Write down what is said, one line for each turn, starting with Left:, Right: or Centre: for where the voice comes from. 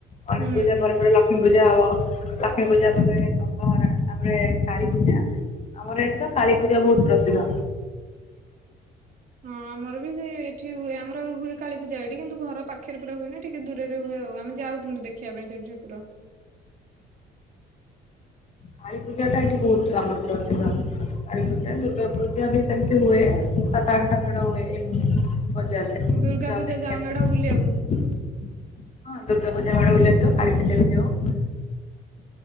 Left: ଗଣେଶ
Right: ହୁଁ
Left: ପୂଜା
Right: ହୁଁ।
Left: ପରେ ପରେ ଲକ୍ଷ୍ମୀ ପୂଜା ହବ। ଲକ୍ଷ୍ମୀ ପୂଜା ପରେ ଦଶହରା, ତାପରେ କାଳୀ ପୂଜା। ଆମର ଏଠି ତ କାଳୀପୂଜା ବହୁତ୍ ପ୍ରସିଦ୍ଧ।
Right: ହଁ ଆମର ବି ସେ ଏଠି ହୁଏ ଆମର ହୁଏ କାଳୀ ପୂଜା। ଏଠି କିନ୍ତୁ ଘର ପାଖରେ ପୁରା ହୁଏନି। ଟିକେ ଦୂରରେ ହୁଏ ଆଉ। ଆମେ ଯାଉ କିନ୍ତୁ ଦେଖିବା ପାଇଁ ସେଠି ଠାକୁର।
Left: କାଳୀପୂଜା ଟା ଏଇଠି ବହୁତ୍ ଆମର ପ୍ରସିଦ୍ଧ। କାଳୀପୂଜା, ଦୁର୍ଗା ପୂଜା ବି ସେମତି ହୁଏ। ସାତ ଆଠଟା ମେଢ ହୁଏ ଏମତି ବଜାରରେ
Right: ଦୁର୍ଗା
Left: ଯାଉ
Right: ପୂଜା
Left: ଦେଖିବାକୁ।
Right: ମେଢ ବୁଲିବାକୁ
Left: ହଁ ଦୁର୍ଗା ପୂଜା ମେଢ଼ ବୁଲିବାକୁ ଯାଉ। କାଳୀ ପୂଜା ବି ଯାଉ।